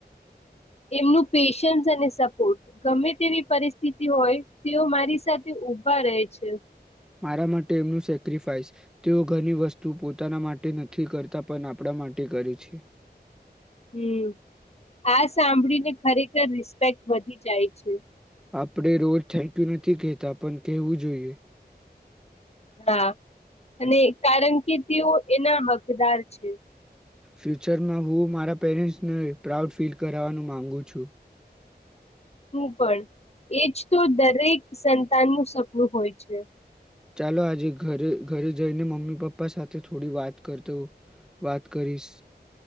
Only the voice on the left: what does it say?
એમનું પેશન્સ અને સપોર્ટ ગમે તેવી પરિસ્થિતિ હોય તેઓ મારી સાથે ઉભા રહે છે
હમ આ સાંભળીને ખરેખર રિસ્પેક્ટ વધી જાય છે
હા અને કારણ કે તેઓ એના હકદાર છે
હું પણ એજ તો દરેક સંતાનનું સપનું હોય છે